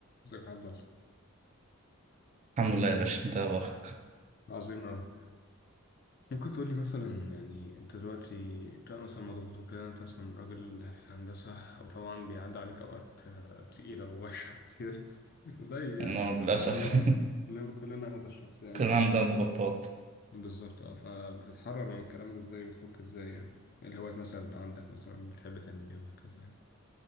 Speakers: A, on the left; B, on the right.
A: ازيك يا عبد الله
B: الحمد لله يا باشا انت إيه اخبارك
A: عظيم أوي ممكن تقول لي مثلا يعني أنت دلوقتي أنت مثلا مضغوط وكده أنت مثلا راجل في هندسة وطبعا بيعدي عليك أوقات آه، تقيلة ووحشة <laughs> كتير زي يعني
B: انا
A: آه،
B: للاسف
A: كلنا كلنا كلنا هذا الشخص
B: <laughs>
A: يعني
B: كان
A: ف
B: عندنا ضغوطات
A: بالظبط أه فبتتحرر من الكلام ده إزاي وتفك إزاي يعني إيه الهوايات مثلا اللي عندك مثلا بتحب تعمل إيه وهكذا يعني